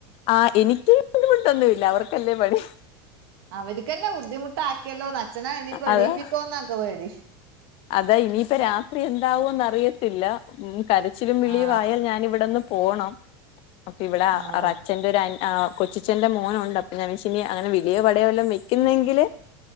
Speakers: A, on the left; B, on the right.
A: ആഹ് എനിക്ക് ബുദ്ധിമുട്ടൊന്നുല്ല അവർക്കല്ലേ പണി
B: അവർക്കന്നെ ബുദ്ധിമുട്ടാക്കിയല്ലോന് അച്ഛനെ എണീപ്പോ
A: അതാ
B: എണീയിപ്പിക്കോന്നാക്ക് പേടി.
A: അതാ ഇനിയിപ്പ രാത്രി എന്താവുംന്ന് അറിയത്തില്ല, ഉം കരച്ചിലും വിളിയും
B: ആഹ്
A: ആയാൽ ഞാൻ ഇവിടെന്ന് പോണം അപ്പൊ ഇവിടെ
B: ആഹ്
A: അച്ഛന്റെ ഒരു കൊച്ചച്ചന്റെ മോനുണ്ട് അപ്പൊ ഞാൻ ഇനി അങ്ങനെ വിളിയോ പടയെല്ലാം വെക്കുന്നെങ്കില്